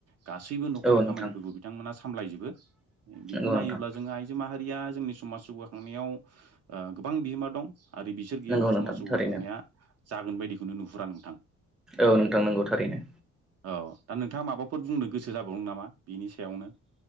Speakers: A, on the right; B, in the centre.
A: गासैबो न'खरनि
B: औ
A: खामानिफोरखौ
B: नोंथां
A: बिथांमोना सामलायजोबो बेखौ
B: नंगौ
A: नायोब्ला
B: नोंथां
A: जोंङो आइजो माहारिया जोंनि समाज जौगाखांनायाव गोबां बिहोमा दं। आरो बिसोर गैयाबा
B: नंगौ
A: समाज
B: नोंथां
A: जौगाखांनाया
B: थारैनो
A: जागोन बायदिखौनो नुहुरा नोंथां।
B: औ नोंथां नांगौ थारैनो।
A: औ दा नोंथाङा माबाफोर बुंनो गोसो जाबावनो नामा बिनि सायावनो।